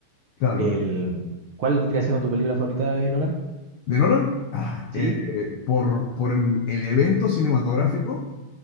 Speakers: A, on the left; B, on the right.
A: claro,
B: El, ¿cuál vendría siendo tu película favorita de Nolan?
A: de Nolan, ah,
B: Sí,
A: eh, eh, por, por el, el evento cinematográfico,